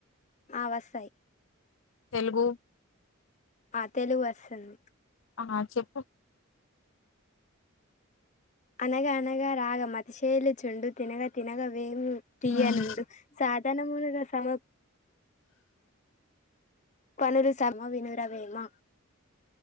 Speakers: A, on the left (about 35°); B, on the left (about 60°).
A: ఆ వస్తయ్
B: తెలుగు
A: ఆ తెలుగు వస్తుంది
B: ఆ చెప్పు
A: అనగా అనగా రాగ మతిశైఇల్లు చుండు తినగ తినగ వేము తీయనుండు
B: ఉమ్
A: సాధారణ మూగ సమ పనూలు సమ వినురవేమా